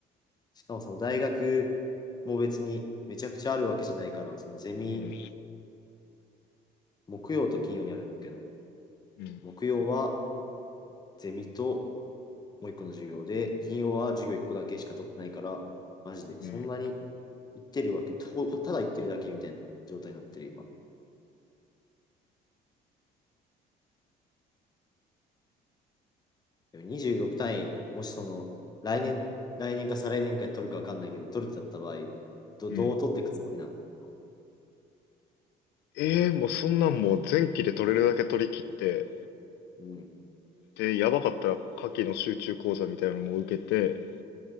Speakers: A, on the left (about 25°); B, on the left (about 80°).
A: しかもその大学も別にめちゃくちゃあるわけじゃないから、そのゼミ、
B: うん、
A: 木曜と金曜にあるんだけど、
B: うん、
A: 木曜はゼミともう一個の授業で、金曜は授業一個だけしか取ってないから、マジでそんなに
B: うん、
A: 行ってるわけ、ただ行ってるだけみたいな状態になってる今。で26単位、もしその来年、来年か再来年か取るか分かんないけど、取るってなった場合、ど、
B: うん。
A: どう取っていくつもりなの
B: ええー、もうそんなんもう前期で取れるだけ取り切って、
A: うん。
B: で、やばかったら夏季の集中講座みたいなのも受けて、